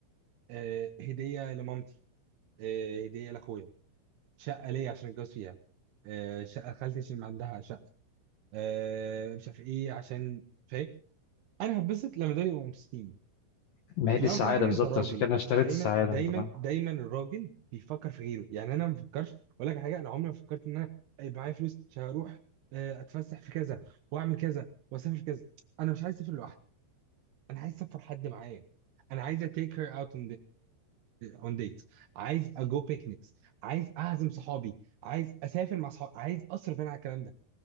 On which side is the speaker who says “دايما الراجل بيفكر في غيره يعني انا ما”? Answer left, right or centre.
Right